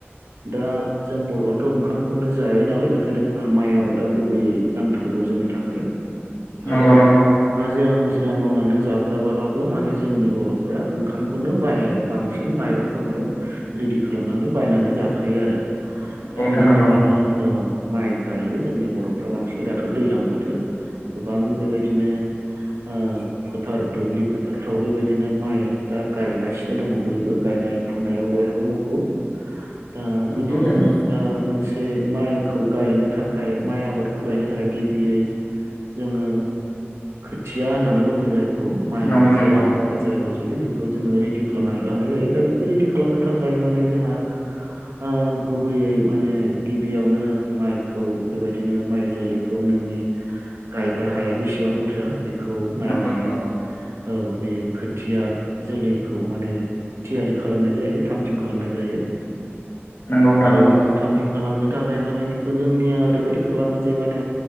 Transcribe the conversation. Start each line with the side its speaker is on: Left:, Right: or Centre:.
Right: दा जों बर'आ थ' ओंखामखौनो जायो नालाय बेखायनो जोंहा माइ आबादा गुबैयै नांथारगौ जोंनि थाखाय
Left: नंगौ
Right: आरो
Left: नंगौ
Right: हाजिरा मु- जिरा मावनानै जाग्राब्लाबो माने जोंनि बर'फोरा ओंखामखौनो बाह बांसिन माइरंफोरखौनो रेडि खालामनानै बायनानै जाखायो आरो दा
Left: नोंथां
Right: बेनि
Left: नंगौ
Right: थाखायनो
Left: नंगौ
Right: औ माइ गायो जोंनि बर'फ्रा बांसिन दाथ' दैजलां बोथोर गोबां बेबायदिनो आ फोथार दुब्लि फोथारफ्राव बेबायदिनो माइ दा गायगासिनो दङ बयबो गायनाय फु- नायाव बयहाबो मुखुब दा बिदिनो
Left: नोंथां नंगौ
Right: दा मोनसे जे माइखौ गायनो थाखाय माइ आबादखौ गायनो थाखाय गिबियै जोङो खोथिया होननानै बुङो जाय खौ माइ
Left: नंगौ नंगौ
Right: जोलैनिफ्राय जाय रज'यो बेखौ जोङो रेडि खालामनानै लानाय जायो दा बे खौ रेडि खालामनो थाखाय माने जोंहा ओ गुबैयै माने गिबियावनो माइखौ बेबायदिनो माइ जोलैखौनो जोंनि गायग्रा हाया बेसेबां बुरजा बेखौ नायनानै
Left: नंगौ नंगौ
Right: औ बे खोथिया जोलैखौ खौ माने थियारि खालामनाय जायो थाम थिम खालामनाय जायो
Left: नंगौ नोंथां
Right: आरो
Left: नंगौ
Right: बेखौ थामथि खालामनो थाखाय माने बेखौ जोंनिया ओरैबायदि खालामो जे माने